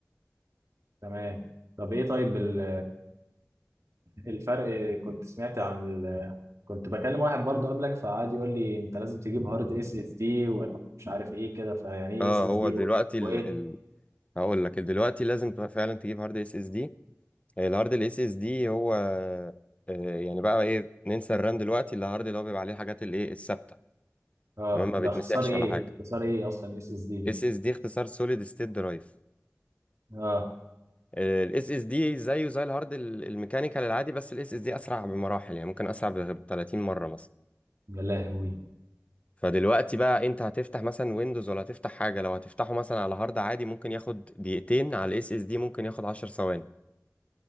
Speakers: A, on the right; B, on the left.
A: تمام. طب إيه طيب ال- الفرق كنت سمعت عن ال... كنت بكلم واحد برضه قبلك فقعد يقول لي أنت لازم تجيب هارد اس اس دي ومش عارف إيه كده، فيعني إيه
B: اه
A: اس اس
B: هو
A: دي
B: دلوقتي ال...
A: وإيه؟
B: ال... هقول لك دلوقتي لازم فعلا تجيب هارد اس اس دي الهارد الاس اس اس دي هو آه، يعني بقى ايه ننسى الرام دلوقتي اللي الهارد اللي هو بيبقى عليه الحاجات الايه الثابته
A: آه
B: تمام ما
A: ده
B: بيتمسحش
A: اختصار إيه؟
B: ولا حاجه
A: اختصار إيه أصلا اس اس دي دي؟
B: اس اس دي اختصار سوليد ستيت درايف
A: آه
B: الاس اس دي زيه زي الهارد ال- الميكانيكال العادي بس الاس اس دي اسرع بمراحل يعني ممكن اسرع ب 30 مره مثلا
A: يا لهوي،
B: فدلوقتي بقى انت هتفتح مثلا ويندوز ولا هتفتح حاجه لو هتفتحه مثلا على هارد عادي ممكن ياخد دقيقتين على الاس اس دي ممكن ياخد 10 ثواني